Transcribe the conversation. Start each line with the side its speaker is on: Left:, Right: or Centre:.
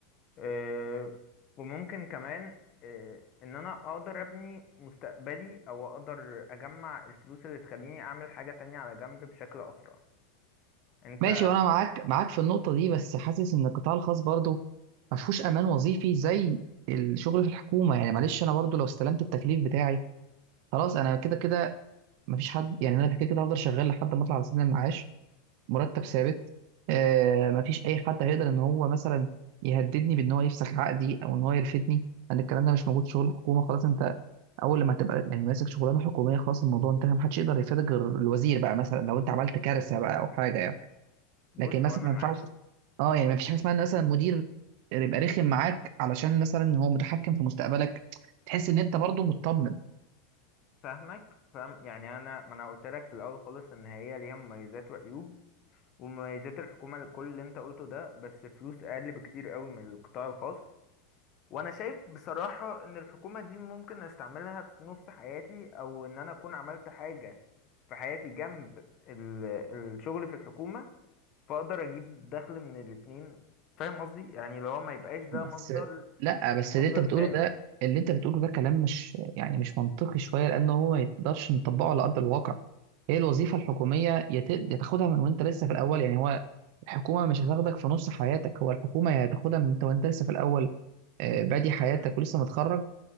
Left: آه، وممكن كمان آه، ان انا اقدر ابني مستقبلي او اقدر اجمع الفلوس اللي تخليني اعمل حاجة تانية على جنب بشكل اسرع انت
Right: ماشي وانا معاك معاك في النقطه دي بس حاسس ان القطاع الخاص برضه ما فيهوش امان وظيفي زي الشغل في الحكومه يعني معلش انا برضه لو استلمت التكليف بتاعي خلاص انا كده كده ما فيش حد يعني انا كده كده هفضل شغال لحد ما اطلع على سن المعاش مرتب ثابت آه ما فيش اي حد هيقدر ان هو مثلا يهددني بان هو يفسخ عقدي او ان هو يرفدني لان الكلام ده مش موجود في شغل الحكومه خلاص انت اول لما تبقى يعني ماسك شغلانه حكوميه خلاص الموضوع انتهى محدش يقدر يفيدك غير الوزير بقى مثلا لو انت عملت كارثه بقى او حاجه يعني
Left: بص
Right: لكن مثلا
Left: هو انا
Right: ما
Left: معاك
Right: ينفعش اه يعني ما فيش حاجه اسمها ان مثلا مدير يبقى رخم معاك علشان مثلا هو متحكم في مستقبلك تحس ان انت برضو مطمن
Left: فاهمك فاهم يعني انا ما انا قلت لك في الاول خالص ان هي ليها مميزات وعيوب ومميزات الحكومة لكل اللي انت قلته ده بس فلوس اقل بكتير قوي من القطاع الخاص وانا شايف بصراحة ان الحكومة دي ممكن استعملها في نص حياتي او ان انا اكون عملت حاجة في حياتي جنب ال- الشغل في الحكومة فاقدر اجيب دخل من الاتنين فاهم قصدي يعني لو ما يبقاش ده
Right: بس
Left: مصدر
Right: لا بس
Left: المصدر
Right: اللي انت بتقوله
Left: بتاعي
Right: ده اللي انت بتقوله ده كلام مش يعني مش منطقي شويه لان هو ما يقدرش نطبقه على ارض الواقع هي الوظيفه الحكوميه
Left: مم.
Right: يت- يا تاخدها من وانت لسه في الاول يعني هو الحكومه مش هتاخدك في نص حياتك هو الحكومه يا تاخدها من انت وانت لسه في الاول آه، بادي حياتك
Left: مم.
Right: ولسه متخرج